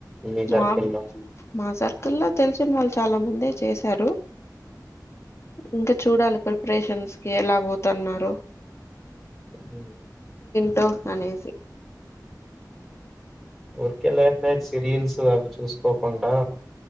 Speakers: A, in the centre; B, on the left (about 40°).
A: మీ సర్కిల్
B: మాక్
A: లో
B: మా సర్కిల్లో తెలిసిన వాల్ చాలా మంది చేశారు ఇంక చూడాలి. ప్రిపరేషన్స్ కి ఎలా పోతున్నారు.
A: ఉహు
B: టో అనేసి
A: ఉరికే లేట్ నైట్ సిరియల్స్ అవి చూసుకోకుండా